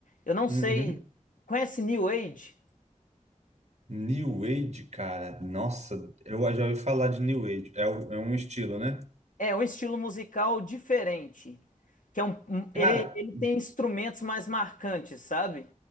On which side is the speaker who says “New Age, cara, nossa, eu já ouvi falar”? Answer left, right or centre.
Right